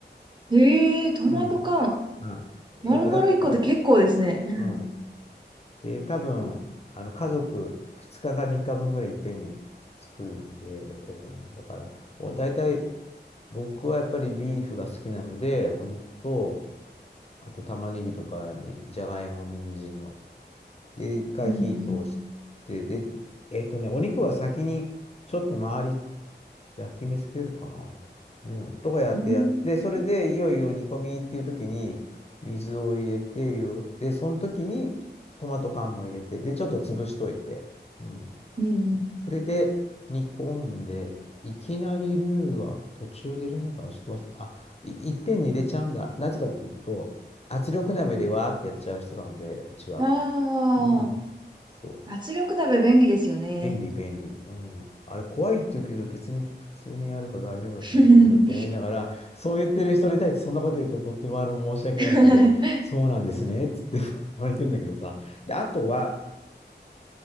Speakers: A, on the right (about 25°); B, on the left (about 35°).
A: へえ、トマト缶。
B: うん。缶。えっと、
A: 丸々1個って結構ですね。
B: だから、
A: うん
B: うん。で、多分、あの、家族2日か3日分ぐらいいっぺんに作るので、えっとね、だから、お大体僕はやっぱりビーフが好きなので、お肉と、あと玉ねぎとか何、じゃがいも、人参の。で、一回火通して、
A: うん
B: で、えっとね、お肉は先にちょっと周り焼き目つけるかな。うん、とかやってやって、
A: うん。うー
B: それでいよいよ煮込みっていう時に水を入れてよ、
A: ん。
B: で、その時にトマト缶も入れて、で、ちょっと潰しといて。うん
A: うん
B: それで煮込んで、いきなりルーは途中で入れるのかなちょっと忘れた。あ、い、いっぺんに入れちゃうんだ。なぜかっていうと、圧力鍋でわーってやっちゃう人なので、うちは。
A: うん。あ
B: うん。そう。
A: あ、圧力鍋便利ですよね。
B: 便利、便利。うん。あれ、怖いって言うけど、別に普通にやれば大丈夫だと思うんだけど、
A: <laughs> うん。
B: と思いながら、そう言ってる人に対してそんなこと言うと、とってもあの申し訳ないので、
A: <laughs>
B: そうなんですね、つって、<laughs> これ行くんだけどさ。で、あとは、